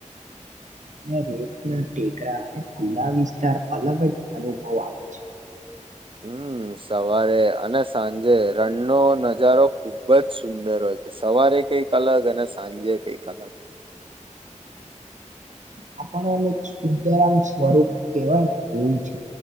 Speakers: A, on the right; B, on the right.
A: ને રેતના ટેકરા અને ખુલ્લા વિસ્તાર અલગ જ અનુભવ આપે છે.
B: હમ સવારે અને સાંજે રણનોો નજારો ખુબ જ સુંદર હોય છે સવારે કઈક અલગ અને સાંજે કઈક અલગ
A: આપણે એમ એક શદ્ધારામ સ્વરૂપ કેવાય ને એવું છે